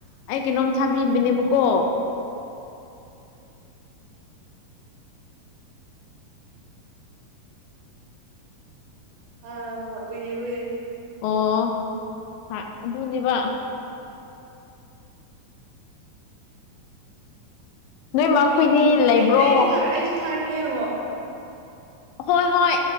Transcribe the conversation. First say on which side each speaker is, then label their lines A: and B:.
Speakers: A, on the left; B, on the right.
A: ꯑꯩ ꯀꯩꯅꯣꯝ ꯊꯥꯕꯤꯕꯅꯦꯕꯀꯣ
B: ꯑꯥ ꯎꯏꯦ ꯑꯣꯏꯏꯌꯦꯦ
A: ꯑꯣ ꯑꯗꯨꯅꯦꯕ ꯅꯣꯏ ꯃꯈꯣꯏꯗꯤ
B: ꯑꯩ
A: ꯂꯩꯕ꯭ꯔꯣ
B: ꯑꯩ ꯑꯩꯁꯨ ꯊꯥꯔꯛꯀꯦꯡꯉꯣ
A: ꯍꯣꯏ ꯍꯣꯏ